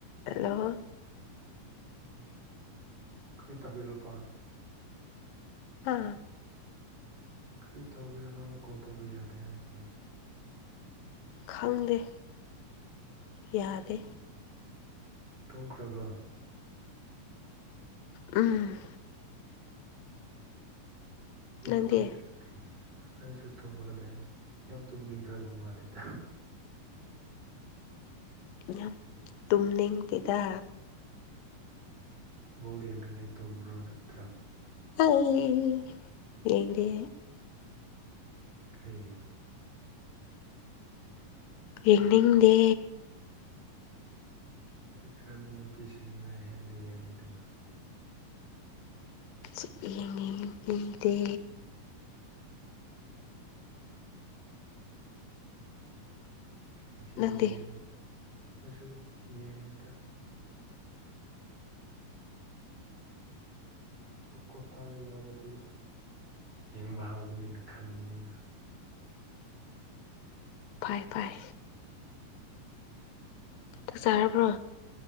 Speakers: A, on the left (about 85°); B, on the right (about 30°).
A: Hello
B: ꯎꯝ ꯀꯔꯤ ꯇꯧꯕꯤꯔꯣꯀꯣ
A: ꯍꯥ
B: ꯀꯔꯤ ꯇꯧꯒꯦꯔꯣ ꯅꯪꯅ ꯀꯣꯜ ꯇꯧꯕ ꯌꯥꯗꯦ ꯍꯥꯏꯕꯒꯤ
A: ꯈꯪꯗꯦ ꯌꯥꯗꯦ
B: ꯇꯨꯝꯈꯔ꯭ꯕ
A: ꯎꯝ
B: ꯌꯥꯝ
A: ꯅꯪꯗꯤ
B: ꯇꯨꯝꯅꯤꯡ ꯑꯩꯁꯨ ꯇꯨꯝꯃꯒ ꯂꯩ ꯌꯥꯝ ꯇꯨꯝꯅꯤꯡꯈ꯭ꯔꯕ ꯃꯥꯜꯂꯦꯗ
A: ꯌꯥꯝ ꯇꯨꯝꯅꯤꯡꯗꯦꯗ
B: ꯕꯣꯜ ꯌꯦꯅꯤꯡꯉꯥꯏ ꯇꯨꯝꯕ꯭ꯔꯣ ꯅꯠꯇ꯭ꯔ
A: ꯑꯩ ꯌꯦꯡꯗꯦ
B: ꯀꯔꯤꯒꯤ
A: ꯌꯦꯡꯅꯤꯡꯗꯦ
B: ꯍꯧꯖꯤꯛꯀꯥꯟꯗꯤ ꯅꯨꯄꯤꯁꯤꯡꯅ ꯍꯦꯟꯅ ꯌꯦꯡꯉꯤꯗꯅ
A: ꯁꯨꯛꯌꯦꯡ ꯌꯦꯡꯅꯤꯡꯗꯦ
B: ꯉꯁꯤꯗꯤ
A: ꯅꯪꯗꯤ
B: ꯌꯦꯡꯉꯨ ꯑꯩꯁꯨ ꯌꯦꯡꯅꯦꯗꯥ ꯀꯨ ꯀꯋꯥꯇꯥꯔ ꯌꯧꯔꯗꯤ ꯌꯦꯡꯕ ꯍꯥꯎꯒꯅꯤꯅ ꯈꯟꯕꯅꯤꯅ
A: ꯐꯥꯏ ꯐꯥꯏ ꯆꯥꯛ ꯆꯥꯔꯕ꯭ꯔꯣ꯫